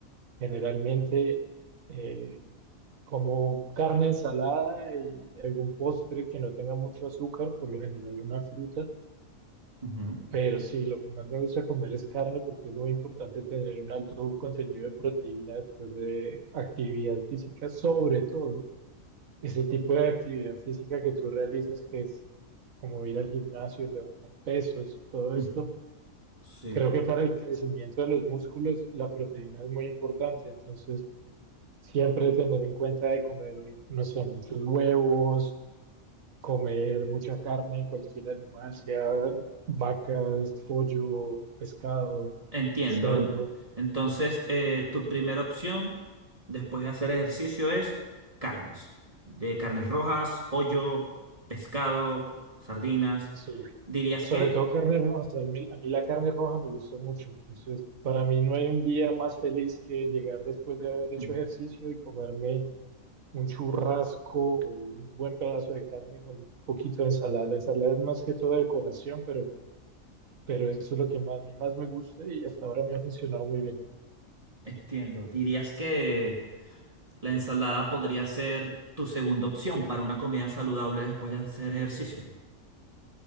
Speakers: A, on the right; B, on the right.
A: Generalmente eh, como carne ensalada y algún postre que no tenga mucho azúcar, por lo general una fruta.
B: Ujú.
A: Pero sí, lo que más me gusta comer es carne porque es muy importante tener un alto contenido de proteína después de actividad física, sobre todo ese tipo de actividad física que tú realizas, que es como ir al gimnasio, levantar pesos, todo
B: Mm,
A: esto.
B: Sí,
A: Creo que para el crecimiento de los músculos la proteína es muy importante, entonces Siempre tener en cuenta de comer, no sé, muchos huevos, comer mucha carne, cualquier animal, sea vacas, pollo, pescado,
B: entiendo.
A: cerdo,
B: En- Entonces, eh, tu primera opción después de hacer ejercicio es carnes. De carnes rojas, pollo, pescado, sardinas.
A: sí.
B: Dirías
A: Sobre
B: que...
A: todo carne roja, a mí, a mí la carne roja me gusta mucho, entonces para mí no hay un día más feliz que llegar después de haber hecho
B: Mm,
A: ejercicio y comerme un churrasco, o un buen pedazo de carne con un poquito de ensalada. La ensalada es más que todo decoración, pero pero eso es lo que más, a mí más me gusta y hasta ahora me ha funcionado muy bien.
B: Entiendo. Dirías que La ensalada podría ser tu segunda opción para una comida saludable después de hacer ejercicio.